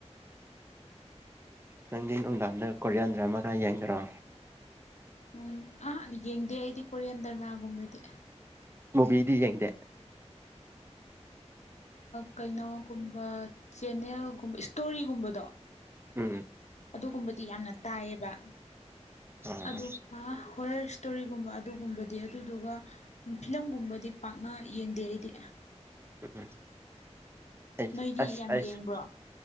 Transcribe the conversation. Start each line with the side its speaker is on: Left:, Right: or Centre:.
Right: ꯅꯪꯗꯤ ꯅꯨꯡꯗꯥꯡꯗ ꯀꯣꯔꯤꯌꯥꯟꯗ꯭ꯔ ꯑꯃꯒ ꯌꯦꯡꯗꯔꯣ
Left: ꯎꯝ ꯑꯥ ꯌꯦꯡꯗꯦ ꯑꯩꯗꯤ ꯀꯣꯔꯤꯌꯥꯟ ꯗꯔꯃꯥꯒꯨꯝꯕꯗꯤ
Right: ꯃꯨꯕꯤꯗꯤ ꯌꯦꯡꯗꯦ
Left: ꯀꯩꯅꯣꯒꯨꯝꯕ ꯆꯦꯟꯅꯦꯜꯒꯨꯝꯕ ꯏꯁꯇꯣꯔꯤꯒꯨꯝꯕꯗꯣ
Right: ꯎꯝ
Left: ꯑꯗꯨꯒꯨꯝꯕꯗꯤ ꯌꯥꯝꯅ ꯇꯥꯏꯌꯦꯕ
Right: ꯑꯥ
Left: ꯑꯗꯨꯒ ꯍꯣꯔꯔ ꯏꯁꯇꯣꯔꯤꯒꯨꯝꯕ ꯑꯗꯨꯒꯨꯝꯕꯗꯤ ꯑꯗꯨꯗꯨꯒ ꯐꯤꯂꯝꯒꯨꯝꯕꯗꯤ ꯄꯥꯛꯅ ꯌꯦꯡꯗꯦ ꯑꯩꯗꯤ
Right: ꯎꯝ ꯎꯝ ꯑꯩꯁꯨ
Left: ꯅꯣꯏꯗꯤ
Right: ꯑꯁ
Left: ꯌꯥꯝ
Right: ꯑꯩꯁꯨ
Left: ꯌꯦꯡꯕ꯭ꯔꯣ